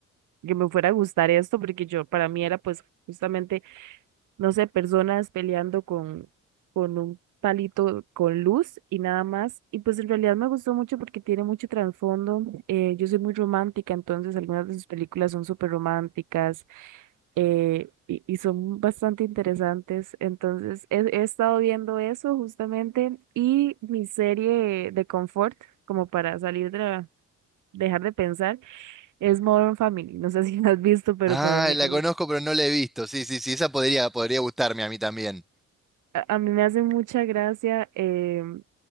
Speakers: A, on the right; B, in the centre.
A: que me fuera a gustar esto porque yo para mí era pues justamente, no sé, personas peleando con con un palito con luz y nada más y pues en realidad me gustó mucho porque tiene mucho trasfondo, eh, yo soy muy romántica entonces algunas de sus películas son súper románticas eh, y, y son bastante interesantes. Entonces, he, he estado viendo eso justamente y mi serie de confort, como para salir de la- dejar de pensar, es Modern Family. No sé <laughs> si la has visto, pero
B: Ah,
A: para mí,
B: la
A: a mí,
B: conozco, pero no la he visto. Sí, sí, sí, esa podría, podría gustarme a mí también.
A: a- a mí me hace mucha gracia. em,